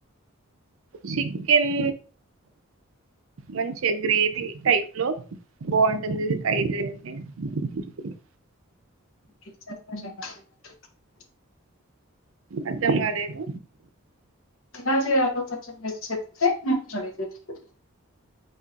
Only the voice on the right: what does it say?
చికెన్ మంచి గ్రేవీ టైప్ లో బాగుంటుంది <unintelligible>
అర్థం కాలేదు